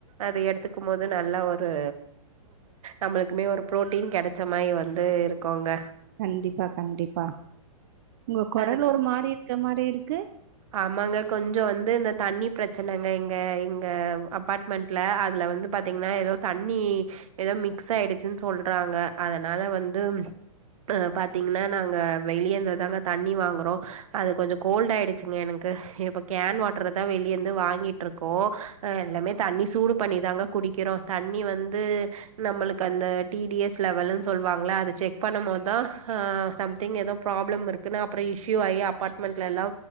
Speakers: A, on the right (about 65°); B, on the right (about 35°).
A: அது எடுத்துக்கு போது நல்லா ஒரு நம்மளுக்குமே ஒரு பு்ரோட்டீன் கெடைச்ச மாரி வந்து இருக்கோங்க
B: கண்டிப்பா கண்டிப்பா உங்க கொரல்
A: அதுக்கு
B: ஒரு மாரி இருக் இத்த மாரி இருக்கு
A: ஆமாங்க கொஞ்சோ வந்து இந்த தண்ணி பிரச்சனைங்க எங்க எங்க அப்பார்ட்மெண்ட்ல அதுல வந்து பாார்த்தீங்கன்னா ஏதோ தண்ணி ஏதோ மிக்ஸ் ஆயிடுச்சுன்னு சொல்றாங்க அதனால வந்து அ பாத்தீங்கன்னா நாங்க வெளியேந்தது தாங்க தண்ணி வாங்குறோ அது கொஞ்சோ கோல்ட் ஆயி ஹெச்ஙே எனக்கு இப்போ கேன் வாட்டர் தா வெளியந்து வாங்கிட்டுருக்கோ அ எல்லாமே தண்ணி சூடு பண்ணி தாங்க குடிக்கிறோ தண்ணி வந்து நம்மளுக் அந்த டிடிஎஸ் லெவல்னு சொல்வாங்க அது செக் பண்ணும்போது தா ஹ சம்திங் எதோ ப்ராப்ளம் இருக்குனு அப்புறோ இஷ்யூ ஆயி அப்பார்ட்மெண்டலல்லா